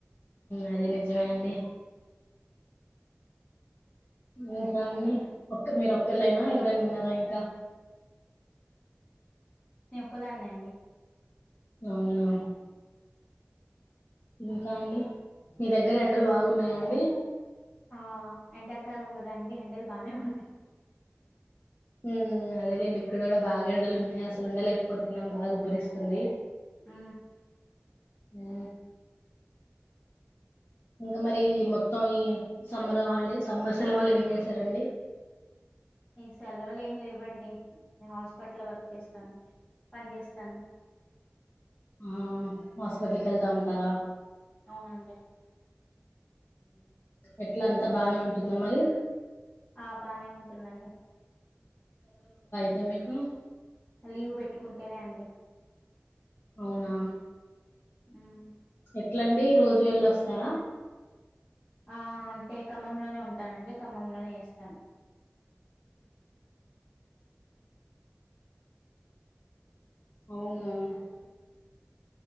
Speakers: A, on the left; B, on the left.
A: అదే నిజమేనండి ఇంకా అండి ఒక్క మీరు ఒక్కర్లేనా ఎవరైనా ఉన్నారా ఇంకా
B: నే ఒక్కదాన్నే అండి
A: అవునా ఇంకా అండి మీ దగ్గర ఎండలు బాగున్నాయా అండి
B: ఆ ఎండకాలం కదా అండి ఎండలు బానే ఉంటాయి
A: హు అదేలేండి ఇక్కడ కూడా బాగా ఎండలు ఉన్నాయి అసలు ఉండలేకపోతేన్నాం బాగఉబ్బరిస్తుంది
B: ఉ
A: హూ ఇంకా మరి మొత్తం ఈ సమ్మర్ హాలిడే సమ్మర్ సేలవ్వులో ఏం చేసారండి
B: ఈ సెలవులు ఏమి లేవ్వండి నే హాస్పిటల్ వర్క్ చేస్తాను పని చేేస్తాను
A: ఆ హాస్పిటల్ కి వెళ్తా ఉంటారా
B: అవునా అండి
A: ఎట్లా అంతా బానే ఉంటుందా మరి
B: ఆ బానే ఉంటుందండి
A: తే మీకు
B: లీవ్ పెట్టుకుంటేనే అండి
A: అవునా
B: ఉమ్
A: ఎట్లండి రోజు వెళ్లొస్తారా
B: ఆ అంటే ఖమ్మంలోనే ఉంటానండి ఖమ్మంలోనే చేస్తాను
A: అవునా